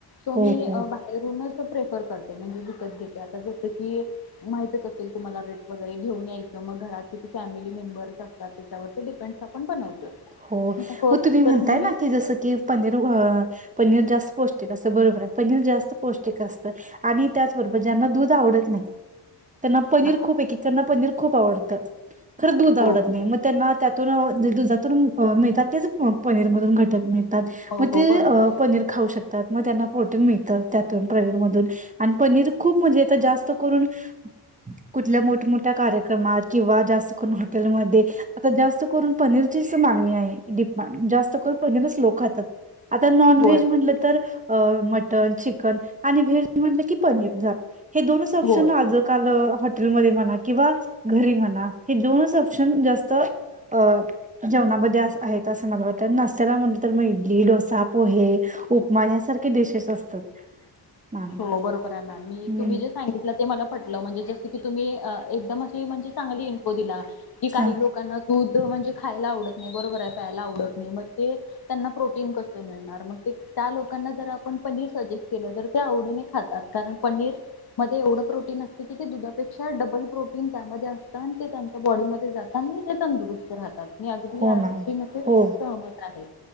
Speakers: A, on the left; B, on the right.
A: सो
B: हो,
A: मी
B: हो.
A: बाहेरूनच प्रेफर करते म्हणजे विकत घेते आता जसं की माहितच असेल तुम्हाला रेट वगैरे घेऊन यायचं मग घरात किती फॅमिली मेंबर्स असतात त्याच्यावर ते डिपेंडस् आपण बनवतो.
B: हो
A: आता फर्स्टली
B: मग तुम्ही म्हणताय
A: तर मग मी
B: ना की जसं की पनीरव पनीर जास्त पौष्टिक असत बरोबर आहे पनीर जास्त पौष्टिक असतं आणि त्याचबरोबर ज्यांना दूध आवडत नाही. त्यांना पनीर
A: हा
B: खूप एकेकांना पनीर खूप आवडतं. खर दूध आवडत
A: हो बरोबर
B: नाही मग त्यांना त्यातून अ जे वरून मिळतात तेच पनीर मधून घटक मिळतात.
A: हो
B: मग
A: हो
B: ते
A: बरोबर आहे
B: पनीर खाऊ शकतात मग त्यांना प्रोटिन मिळतात. तर त्यातून पनीर मधून आणि पनीर खूप म्हणजे आता जास्त करून कुठल्या मोठमोठ्या कार्यक्रमात किंवा जास्त करून हॉटेलमध्ये आता जास्त करून पनीर चीच मागणी आहे दिपा जास्त करून पनीरच लोक खातात. आता नॉनव्हेज
A: होय
B: म्हटलं तर अ मटन चिकन आणि व्हेज म्हणलं कि पनीर झालं. हे दोनच ऑप्शन
A: होय
B: आज काल हाय हॉटेलमध्ये म्हणा किंवा घरी म्हणा हे दोनच ऑप्शन जास्त अ जेवणामध्ये आहेत असं मला वाटतं आणि नाश्त्याला म्हटलं तर म इडली डोसा पोहे उपमा यासारखे डिशेस असतात. मॅम.
A: हो बरोबर आहे मॅम मी
B: हम्म.
A: तुम्ही जे सांगितलं ते मला पटलं म्हणजे जस की तुम्ही अ एकदम अशी म्हणजे चांगली इन्फो दिला की काही
B: हा
A: लोकांना दूध म्हणजे खायला आवडत नाही बरोबर प्यायला आवडत नाही मग ते त्यांना प्रोटीन कस मिळणार मग ते त्या लोक लोकाना जर आपण पनीर सजेस्ट केलं तर, तेनी खातात कारण पनीर मध्ये एवढ प्रोटीन असत की ते दुधापेक्षा डबल प्रोटीन त्यामध्ये असत आणि ते त्यांच्या बॉडीमध्ये जात आणि ते तंदुरुस्त राहतात मी अगदी
B: हो
A: या
B: मॅम
A: टीम मध्ये
B: हो
A: सहमत आहे